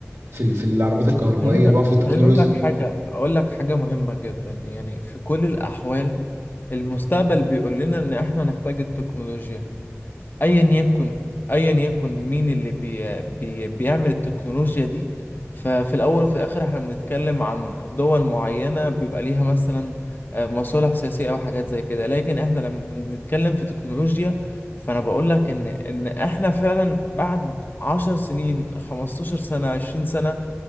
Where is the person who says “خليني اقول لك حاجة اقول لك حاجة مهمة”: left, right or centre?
Left